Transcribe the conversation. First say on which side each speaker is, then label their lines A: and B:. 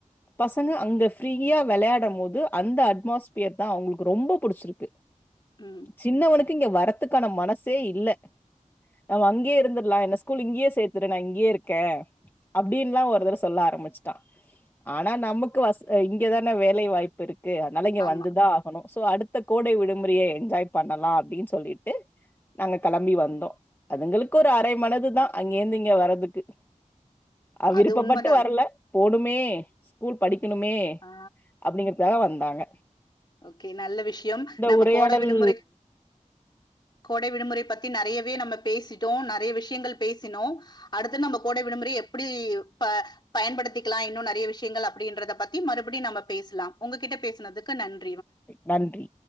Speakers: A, on the left; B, on the left.
A: பசங்க அங்க ஃப்ரீயா வெளாடும் போது அந்த அட்மாஸ்பியர் தா அவுங்ளுக்கு ரொம்ப புடிச்சிருக்கு
B: ம்.
A: சின்னவனுக் இங்க வரத்துக்கான மனசே இல்ல நம்ம அங்கே இருந்துட்லா என்ன ஸ்கூல் இங்கயே சேத்துரு நா இங்கயே இருக்கே அப் டின்லா ஒருதரவ சொல்ல ஆரம்பிச்சிட்டான் ஆனா நமக்கு வஷ் இங்கதான வேலை வாய்ப்பு இருக் கு அதனால இங்க
B: ஆமா.
A: வந்துதா ஆகணு சோ அடுத்த கோடை விடுமுறைய என்ஜாய் பண்ணலா அப்டின்னு சொல்லிட்டு நாங்க கெளம்பி வந்தோ அதுங்களுக்கு ஒரு அரை மனதுதா அங்கேருந்து இங்க வரதுக்கு ஆ விருப்பப்பட்டு
B: அது உண்மதான்.
A: வரல போணுமே ஸ்கூல் படி க்குனுமே
B: ஆ
A: அப்டிங்கறதுக்கா வந் தாங்க
B: ஓகே நல்ல விஷ்யம் நம்ப
A: உரையாடல்
B: கோட விடுமுறை கோடை விடுமுறை பத்தி நெறையவே நம்ப பேசிட்டோ நறைய விஷ்யங்கள் பேசினோ அடுத்து நம்ப கோடை விடுமுறை எப்டி ப பயன்படுத்திக்கலா இன்னு நெறைய விஷ்யங்கள் அப்டின்றத பத்தி மறுபடி நம்ப பேசலா உங்ககிட்ட பேசுனதுக்கு நன்
A: நன்றி